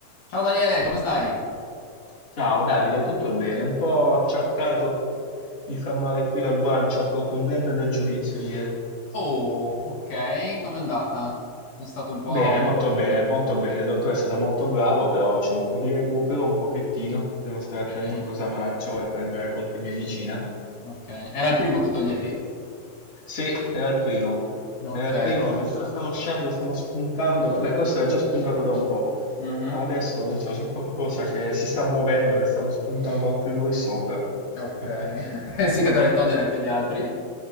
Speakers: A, on the left (about 55°); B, on the left (about 20°).
A: Ciao Daniele, come stai?
B: Ciao Davide, tutto bene? Un po' acciaccato, mi fa male qui la guancia, ho tolto un dente dal giudizio ieri.
A: Oh, ok, com'è andata? È stato un po'...
B: Bene, molto bene,
A: eh,
B: molto bene. Il dottore è stato molto bravo, però c'è un po' di recupero, un pochettino. Devo stare
A: Ok,
B: attento a cosa mangio e prendere qualche medicina.
A: ok. Era il primo che toglievi?
B: Sì, era il primo.
A: Ok.
B: Era il primo, mi sta- stanno uscendo, stanno spuntando. Vabbè, questo era già spuntato da un po',
A: mhm,
B: ma adesso non so, c'è qualcosa che si sta muovendo, ne stanno spuntando altri due sopra. <laughs>
A: Ok. <laughs> Pensi che dovrei togliere anche gli altri?